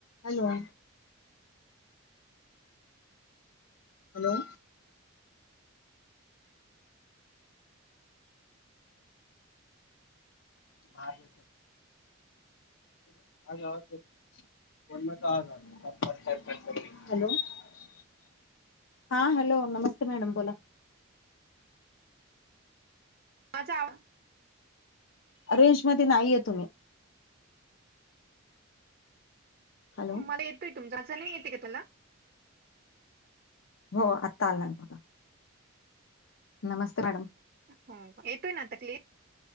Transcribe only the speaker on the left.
हॅलो! हॅलो! हा येतोय. <inaudible> हॅलो! हा हॅलो नमस्ते मॅडम बोला.
रेंज मध्ये नाहीये तुम्ही. हॅलो
हो आत्ता आला बघा. नमस्ते मॅडम.